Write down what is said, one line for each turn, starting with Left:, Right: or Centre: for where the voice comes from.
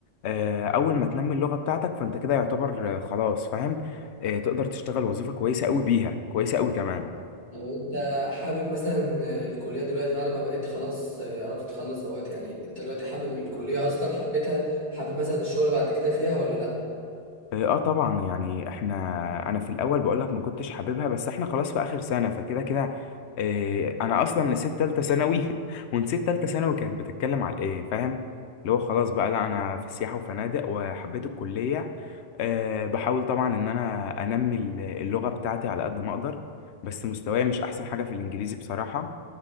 Left: آه، أول ما تنمي اللغة بتاعتك فأنت كده يعتبر آه، خلاص فاهم آه، تقدر تشتغل وظيفة كويسة أوي بيها كويسة أوي كمان
Right: لو انت حابب مثلا الكلية دلوقتي بعد ما بقيت خلاص اه، قربت تخلص اهوت يعني انت دلوقتي حابب الكلية اصلا حبيتها حابب مثلا الشغل بعد كده فيها ولا لا
Left: اه آه، طبعا يعني احنا انا في الاول بقول لك ما كنتش حاببها بس احنا خلاص في اخر سنه فكده كده اه انا اصلا نسيت تالته ثانوي <laughs> ونسيت تالته ثانوي كانت بتتكلم على ايه فاهم اللي هو خلاص بقى لا انا في سياحه وفنادق وحبيت الكليه اه بحاول طبعا ان انا انمي ال- اللغه بتاعتي على قد ما اقدر بس مستواي مش احسن حاجه في الانجليزي بصراحه